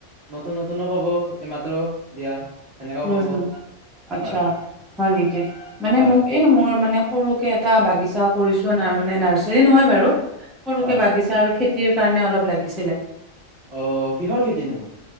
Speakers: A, on the right; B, in the centre.
A: নতুন নতুনো পাব এইমাত্ৰ দিয়া সেনেকাও
B: উম,
A: পাব
B: হহ' আচ্ছা
A: হয়
B: হয় নেকি? মানে
A: হয়
B: মোক এই মোৰ মানে সৰুকে এটা বাগিচা কৰিছো ন' মানে নাৰ্চাৰী নহয় বাৰু। সৰুকে
A: হয়
B: বাগিচা আৰু খেত টিৰ কাৰণে অলপ লাগিছিলে।
A: অ', কিহৰ খেতিনো?